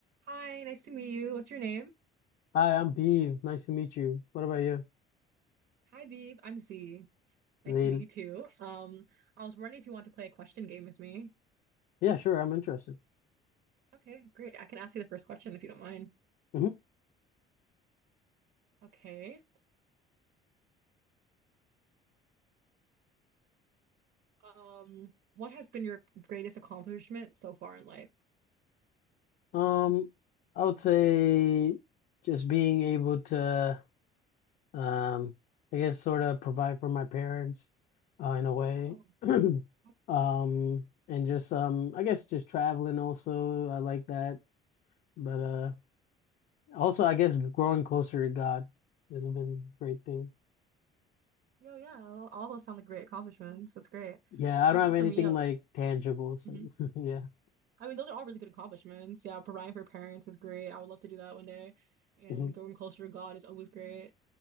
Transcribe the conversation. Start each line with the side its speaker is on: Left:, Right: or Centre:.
Right: Hi, nice to meet you. What's your name?
Left: Hi, I'm Beav. Nice to meet you. What about you,
Right: Hi, Beeb. I'm Z. Nice
Left: Zain?
Right: to meet you too. Um, I was wondering if you want to play a question game with me.
Left: Yeah, sure. I'm interested.
Right: Okay, great. I can ask you the first question if you don't mind.
Left: hmm
Right: Okay. Um, what has been your greatest accomplishment so far in life?
Left: Um, I would say just being able to, um, I guess, sort of provide for my parents, uh, in a way.
Right: Oh,
Left: <clears throat>
Right: that's-
Left: Um, and just, um, I guess, just traveling also. I like that. But uh, also, I guess, growing closer to God has been a great thing.
Right: yo, yeah. All all those sound like great accomplishments. That's great.
Left: Yeah, I
Right: I
Left: don't
Right: think
Left: have anything
Right: for me, I,
Left: like tangible. So
Right: Mhm.
Left: <laughs> yeah.
Right: I mean, those are all really good accomplishments. Yeah, providing for parents is great. I would love to do that one day. And
Left: hmm
Right: going closer to God is always great.